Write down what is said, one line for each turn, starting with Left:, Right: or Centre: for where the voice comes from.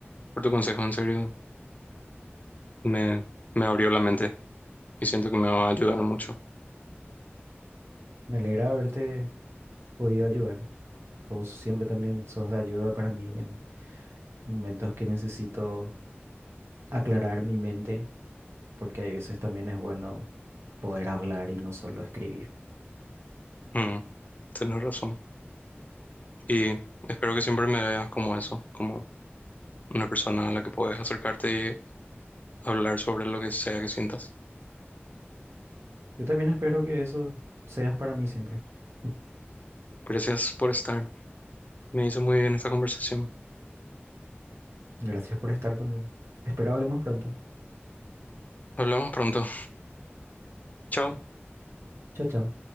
Left: por tu consejo, en serio, me, me abrió la mente y siento que me va a ayudar mucho.
Right: Me alegra haberte podido ayudar. Vos siempre también sos de ayuda para mí en momentos que necesito aclarar mi mente, porque hay veces también es bueno poder hablar y no solo escribir.
Left: Mm, tienes razón. Y espero que siempre me veas como eso, como una persona a la que puedes acercarte y hablar sobre lo que sea que sientas.
Right: Yo también espero que eso seas para mí siempre. <laughs>
Left: Gracias por estar. Me hizo muy bien esta conversación.
Right: Gracias por estar también. Espero hablemos pronto.
Left: Hablamos pronto. Chao.
Right: Chao, chao.